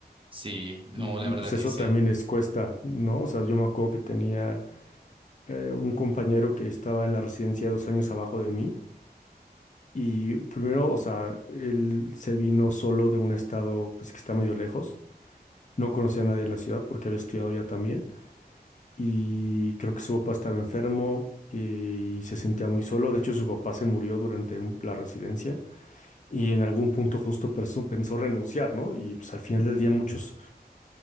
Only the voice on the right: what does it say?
sí, no,
la
verdad
que
sí.